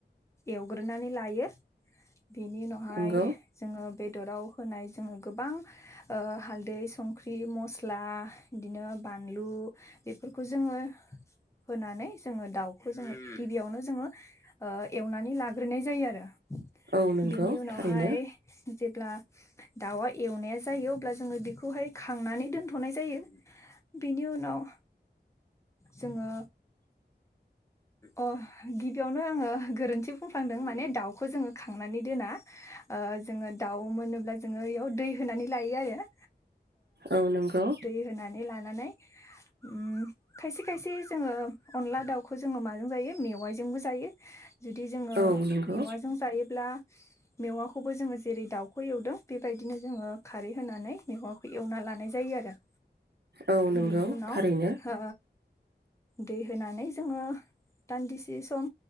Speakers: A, on the left; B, on the right.
A: एवग्रोनानै लायो बेनि उनावहाय
B: नंगौ
A: बेदराव होनाय जोङो गोबां हालदै संख्रि मस्ला बिदिनो बानलु बेफोरखौ जोङो होनानै जोङो दाउखौ जोङो गिबियावनो जोङो एवनानै लाग्रोनाय जायो आरो
B: औ नंगौ
A: बेनि उनावहाय
B: थारैनो
A: जेब्ला दाउआ एवनाया जायो अब्ला जोङो बेखौहाय खांनानै दोनथनाय जायो बेनि उनाव जोङो अ गिबियावनो आङो गोरोन्थि बुंफ्लांदों माने दाउखौ जोङो खांनानै दोना जोङो दाउ मोनोब्ला जोङो बेयाव दै होनानै लायो आरो
B: औ नंगौ
A: दै होनानै लानानै उम खायसे खायसे जोङो अनला दाउखौ जोङो माजों जायो मेवाइजोंबो जायो। जुदि जोङो
B: औ नंगौ
A: मेवाइजों जायोब्ला मेवाखौबो जोङो जेरै दाउ खौ एवदों बेबायदिनो जोङो खारै होनानै मेवाखौ एवना लानाय जायो आरो
B: औ नंगौ
A: बेनि उनाव
B: थारैनो
A: ओ दै होनानै जोङो दान्दिसे सम